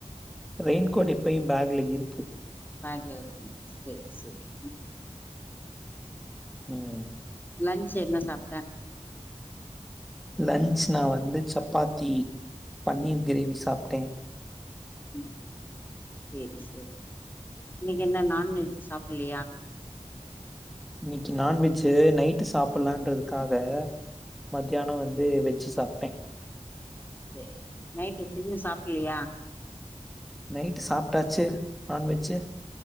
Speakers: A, in the centre; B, on the left.
A: ரெயின்கோட் எப்பயு பேக்ல இருக்கு
B: பேக்ல இருக்கு சரி சரி
A: உம்
B: லன்ச் என்ன சாப்ட்ட
A: லன்ச் நா வந்து சப்பாத்தி பன்னீர் கிரேவி சாப்ட்டே
B: உம் சேரி சரி இன்னைக்கு என்ன நான்வெஜ் சாப்பிலையா
A: இன்னைக்கு நான்வெஜு நைட்டு சாப்பிடலான்றதுக்காக மத்தியானோ வந்து வெஜ்ஜு சாப்பிட்டே
B: சேர் நைட்டு <unintelligible> சாப்பலையா
A: நைட்டு சாப்ட்டாச்சு நான்வெஜ்ஜு